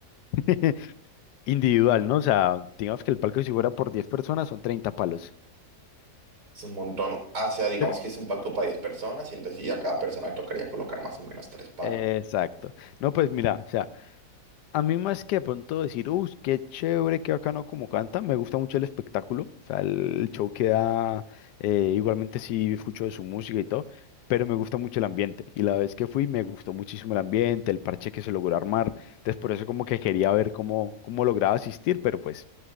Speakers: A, on the left; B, on the right.
A: <laughs> individual, ¿no? O sea, digamos que el palco si fuera por 10 personas son 30 palos.
B: Es un montón. Ah, o ah, sea, digamos
A: Pero-
B: que es un palco para 10 personas y entonces y a cada persona le tocaría colocar más o menos tres palos.
A: Exacto. No, pues mira, o sea. A mí más que de pronto decir, uy, qué chévere, qué bacano como canta, me gusta mucho el espectáculo, o sea, el show que da, eh, igualmente sí escucho de su música y todo, pero me gusta mucho el ambiente, y la vez que fui me gustó muchísimo el ambiente, el parche que se logró armar, entonces por eso como que quería ver cómo, cómo lograba asistir, pero pues